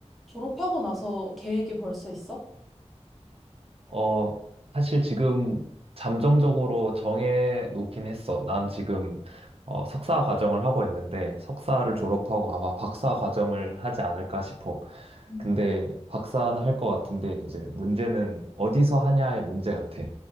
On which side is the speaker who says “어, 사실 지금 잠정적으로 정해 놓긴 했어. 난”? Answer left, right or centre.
Right